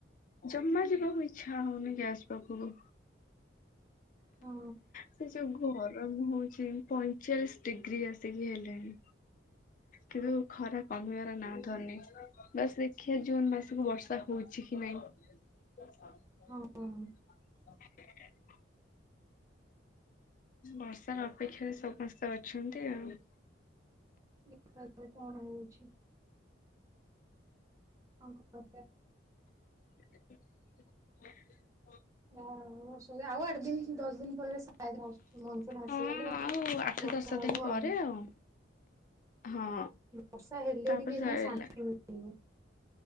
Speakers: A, on the left; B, on the right.
A: ଜମା ଯିବାକୁ ଇଚ୍ଛା ହଉନି ଗ୍ୟାସ ପାଖକୁ।
B: ହଁ
A: ସେ ଯଉ ଗର ମୁ ହଉଚି, ପଇଁଚାଳିଶ ଡିଗ୍ରୀ ଆସିକି ହେଲେଣି। କିନ୍ତୁ ଖରା କମିବାର ନା ଧନୀ। ବାସ ଦେଖିବା ଜୁନ ମାସକୁ ବର୍ଷା ହଉଚି କି ନାଇଁ? <unintelligible>
B: ହଁ
A: ବର୍ଷାର ଅପେକ୍ଷାରେ ସମସ୍ତେ ଅଛନ୍ତି ଆଉ।
B: ଦେଖ କଣ ହଉଚି। ଆ କ
A: <inaudible>
B: ବଷ ସେୟା ଆଉ ଆଠ ଦିନ ଦଶ ଦିନ ପରେ <unintelligible> ମନସୁନ୍ ଆସିଗଲେ
A: ହଁ ଆଉ ଆଠ
B: ବର୍ଷା
A: ଦଶ
B: ହବ।
A: ଦିନ ପରେ ଆଉ ହଁ
B: ବର୍ଷା ହେଲେ
A: ତାପରେ
B: ଟିକେ
A: ସଇଲା।
B: ଯାଇ ଶାନ୍ତି ମିଳିବ।